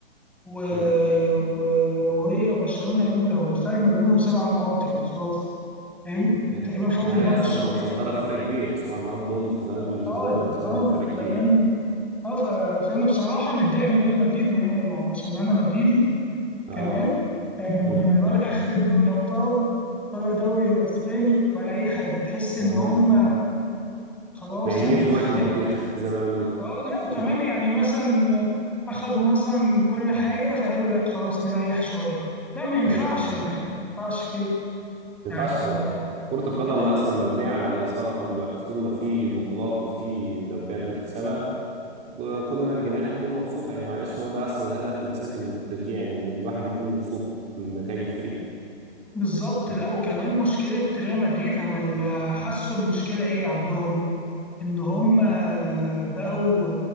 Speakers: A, in the centre; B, on the right (about 20°).
A: و-
B: مم.
A: و- وهي برشلونه الاولى والفرق ما بينهم سبع نقاط يعني خلاص فاهم
B: يعني
A: تقريبا فاضل
B: هي
A: ماتش
B: اصلا متصدره
A: آه،
B: بفرق كبير سبع نقاط دول في دوري زي
A: اه
B: دوري
A: يعني
B: الاسباني
A: اه
B: ده فرق كتير
A: كمان اه ف- فانا بصراحه متضايق من ريال مدريد مع إن- يعني عشان انا مدريدي
B: اه
A: كمان آه،
B: مم.
A: يعني ولا اخد الدوري ابطال ولا دوري الاسباني ولا اي حاجه تحس ان
B: ولا
A: هم
B: مش... مم.
A: خلاص
B: نايمين
A: يعني
B: في
A: أف...
B: ميه البطيخ
A: يعني
B: زي ما بنقول
A: اه
B: <laughs>
A: لا وكمان يعني مثلا اخدوا مثلا كل حاجه فقالوا لا خلاص نريح شويه لا ما ينفعش
B: ايوه
A: يعني ما ينفعش كده
B: ما
A: يعني
B: ينفعش طبعا كرة القدم
A: اه
B: أصلا مبنية على الإثارة طول الوقت طول ما في بطولات وفي دوريات بتكسبها وكل ما الجماهير هتكون مبسوطة يعني معلش هو ده أصلا الهدف الأساسي من التشجيع يعني إن الواحد يكون مبسوط من نتائج الفريق
A: بالظبط
B: آه،
A: لا وكمان مشكله ريال مدريد انا اللي حاسه المشكله ايه عندهم ان هم بقوا